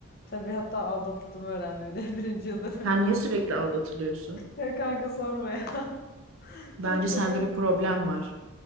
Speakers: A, on the left; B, on the right.
A: tabii hatta aldatıldığımı öğrendim yine <laughs> birinci yıl dönümümüzde.
B: Sen niye sürekli aldatılıyorsun?
A: Ya kanka sorma ya. <laughs>
B: Bence
A: Çok
B: sende
A: kötü.
B: bir problem var.